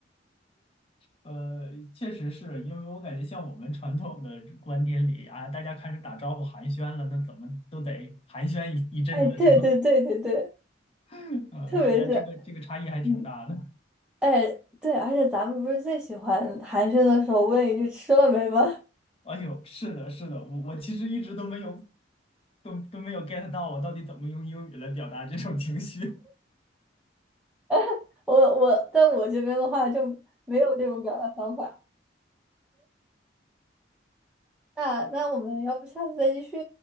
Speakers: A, on the left; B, in the centre.
A: 呃，确实是因为我感觉像我们传统的观点里啊，大家开始打招呼寒暄了，那怎么都得寒暄一一阵子是吗？
B: 哎，对对对对对，
A: <laughs> 呃，
B: 特别是，
A: 是的，这个这个差异还挺大的。
B: 嗯，哎，对，而且咱们不是最喜欢寒暄的时候问一句“吃了没”吗？
A: 哎呦，是的，是的，我我其实一直都没有都都没有 get 到我到底怎么用英语来表达这种情绪
B: <laughs> 我我在我这边的话就没有这种表达方法。那那我们要不下次再继续？